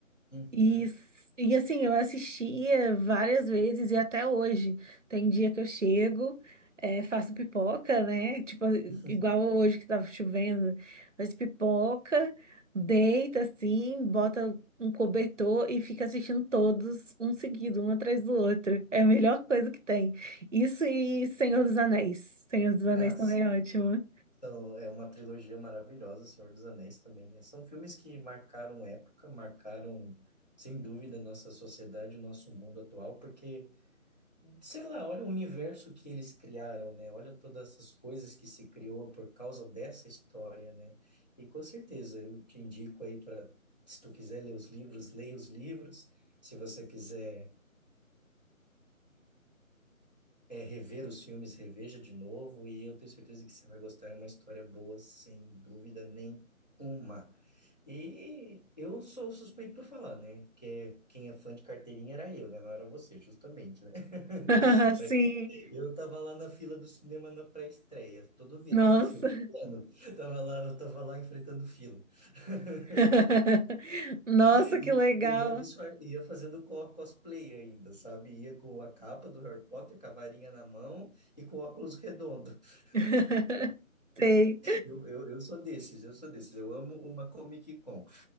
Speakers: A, on the left (about 30°); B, on the right (about 60°).
A: Uhum.
B: E, e assim, eu assistia várias vezes e até hoje. Tem dia que eu chego, é, faço pipoca, né? Tipo,
A: <laughs>
B: igual hoje que tava chovendo, faz pipoca, deita assim, bota um cobertor e fica assistindo todos um seguido, um atrás do outro. É a melhor coisa que tem. Isso e Senhor dos Anéis. Senhor dos Anéis
A: Ah,
B: também
A: sim.
B: é ótimo.
A: Então, é uma trilogia maravilhosa, Senhor dos Anéis também, né? São filmes que marcaram época, marcaram, sem dúvida, a nossa sociedade, o nosso mundo atual, porque Sei lá, olha o universo que eles criaram, né? Olha todas essas coisas que se criou por causa dessa história, né? E com certeza eu te indico aí para, se tu quiser ler os livros, leia os livros. Se você quiser é, rever os filmes, reveja de novo, e eu tenho certeza que você vai gostar. É uma história boa, sem dúvida nenhuma. E eu sou suspeito para falar, né? Que é, quem é fã de carteirinha era eu, né? Não era você, justamente, né? <laughs>
B: <laughs>
A: Mas
B: Sim.
A: eu tava lá na fila do cinema na pré-estreia, todo, vi,
B: Nossa.
A: todo filme. Mano, tava lá, eu tava lá enfrentando fila. <laughs>
B: <laughs> Nossa,
A: E
B: que legal.
A: ia, disfar... ia fazendo co- cosplay ainda, sabe? Ia com a capa do Harry Potter, com a varinha na mão e com óculos redondo. <laughs>
B: <laughs> Sei.
A: Eu, eu, eu sou desses, eu sou desses. Eu amo uma Comic Con.